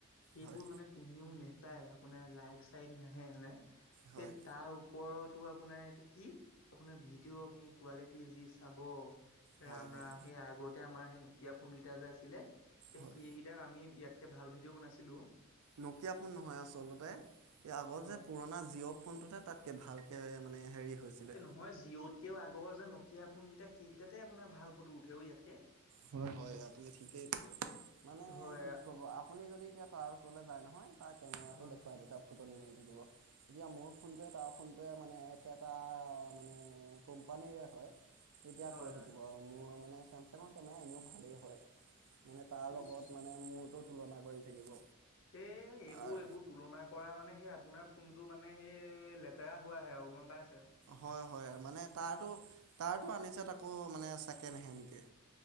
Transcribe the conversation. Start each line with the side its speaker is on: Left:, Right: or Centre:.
Left: সেইবোৰ
Right: হয়
Left: মানে কোনেও নেচায় আপোনাৰ লাইক চাইক নাহে হয়নে
Right: হয়
Left: এই তাৰ ওপৰতো আপোনাৰ এইটো কি আপোনাৰ ভিডিঅ' আপুনি কোৱালিটি যি চাব
Right: হয়
Left: ৰাম
Right: হয়
Left: ৰাম সেই আগতে আমাৰ সেই নকিয়া ফোনকেইটা যে আছিলে, এ
Right: হয়
Left: সেই কেটাত আমি ইয়াতকে ভাল ভিডিঅ' বনাইছিলোঁ অ
Right: নকিয়া ফোন নহয় আচলতে এই আগৰ
Left: হয়
Right: যে পুৰণা জিঅ' ফোনটোতে তাতকে ভালকে মানে হেৰি হৈছিলে
Left: এই নহয় জি'ত কে আগৰ যে নকিয়া ফোন কেইটা সেই কেইটাতে আপোনাৰ ভাল ফটো উঠে অ ইয়াতকে
Right: হয় হয় আপুনি ঠিকেই কৈছে মানে
Left: হয়
Right: কি ক'ব আপ আপুনি যদি এতিয়া তাৰ ওচৰলে যায় নহয় তাৰ কেমেৰাটো
Left: হয়
Right: দেখুৱাই দেখুৱাই ফুটনি মাৰি থাকিব এতিয়া মোৰ ফোনটোৱে তাৰ ফোনটোৱে মানে একেটা মানে কোম্পানীৰে হয় তেতিয়া
Left: হয়
Right: কৈ থাকিব
Left: হয়
Right: আৰু মোৰ মানে চেমচাঙৰ কেমেৰা এনেও ভালেই হয় মানে তাৰ
Left: ইচ
Right: লগত মানে মোৰতো তুলনা কৰি থাকিব
Left: এ এইবো
Right: আৰু
Left: এইবোত তুলনা কৰা মানে সেই আপোনাৰ ফোনটো মানে সেই লেতেৰা হোৱাহে আৰু গ'ম পাইছে
Right: হয় হয় মানে তাঁৰতটো, তাঁৰটো আনিছে আকৌ মানে ছেকেণ্ড হেণ্ডকে